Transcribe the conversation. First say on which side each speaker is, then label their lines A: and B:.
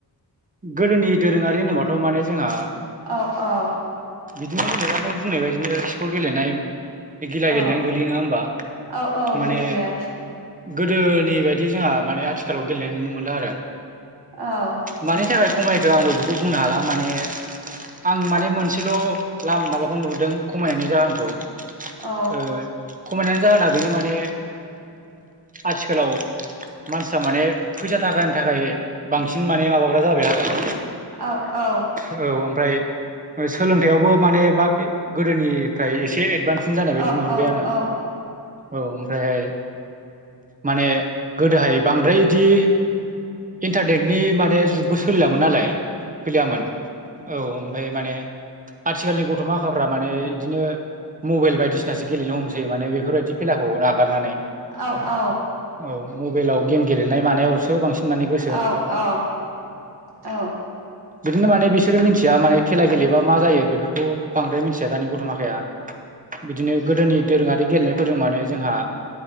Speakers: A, on the right; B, on the right.
A: गोदोनि दोरोङारि होनोबाथ' माने जोंहा
B: औ औ।
A: बिदिनो जेनेबा नों बुंनाय बायदिनो खिखर गेलेनाय बे गिला
B: औ
A: गेलेनायानो गोलैयो नङा होमबा
B: औ औ
A: माने
B: गोलैयो
A: गोदोनि बायदि जोंहा माने आथिखालाव गेलेनाय नुनो मोनला आरो।
B: औ।
A: मानि थाखाय खमायखो आंबो बेखौ बुंनो हाला माने आं माने मोनसेल' लाम माबाखौ नुहुरदों खमायनायनि जाहोनखौ ओ
B: औ
A: खमायनायनि जाहोना बेनो माने आथिखालाव मानसिया माने फैसा थाखा थाखाय बांसिन माने माबाग्रा जाबाय आरो।
B: औ औ।
A: औ ओमफ्राय ओ सोलोंथाइयावबो माने बा गोदोनिफ्राय एसे एडभान्स सिन जानाय
B: औ
A: बायदि नुहरबाय आङो
B: औ
A: औ ओमफ्रायहाय माने गोदोहाय बांद्राय इदि इन्टारनेटनि माने जुगबो सोलिलामोन नालाय सोलियामोन औ। ओमफाय माने आथिखालनि गथ' माखाफ्रा माने इदिनो मबेल बायदिसिनासो गेलेनो हमसै माने बेफोर बायदि खेलाखौ नागारनानै।
B: औ औ।
A: औ मबेलाव गेम गेलेनाय मानायावसो बांसिन माने गो
B: औ औ औ।
A: बिदिनो माने बिसोरो मिथिया माने खेला गेलेबा मा जायो बेफोरखौ बांद्राय मिथिया दानि गथ' माखाया। बिदिनो गोदोनि दोरोङारि गेलेनायफोरजों माने जोंहा